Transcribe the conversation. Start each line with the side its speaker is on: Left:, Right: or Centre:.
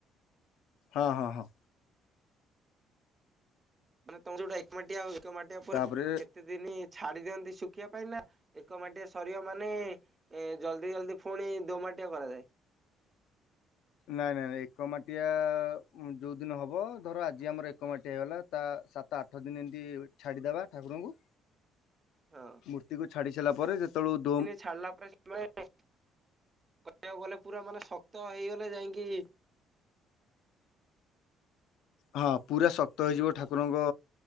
Left: ହଁ ହଁ ହଁ।
Right: ମାନେ ତମେ ଯୋଉଟା ଏକମାଟିଆ ଆଉ ଏକମାଟିଆ ପରେ
Left: ତାପରେ
Right: କେତେ ଦିନ ଛାଡ଼ି ଦିଅନ୍ତି ଶୁଖିବା ପାଇଁ ନା? ଏକ ମାଟିଆ ସରିବ ମାନେ ଏ ଜଲ୍ଦି ଜଲ୍ଦି ପୁଣି ଦୋମାଟିଆ କରାଯାଏ।
Left: ନାଇଁ ନାଇଁଁ ଏକ ମାଟିଆ ଯୋଉ ଦିନ ହବ। ଧର ଆଜି ଆମର ଏକ ମାଟିଆ ହେଇଗଲା। ତା ସାତ ଆଠ ଦିନ ଏମିତି ଛାଡ଼ିଦେବା ଠାକୁରଙ୍କୁ।
Right: ହଁ
Left: ମୂର୍ତ୍ତିକୁୁ ଛାଡ଼ି ସାରିଲା ପରେ ଯେତେବେଳକୁ ଡୋମ
Right: ଛାଡ଼ିଲା ପରେ ଆମେ <inaudible> କହିବାକୁ ଗଲେ ପୁରା ମାନେ ଶକ୍ତ ହେଇଗଲେ ଯାଇଁକି
Left: ହଁ ହଁ ପୁରା ଶକ୍ତ ହେଇଯିବ ଠାକୁରଙ୍କ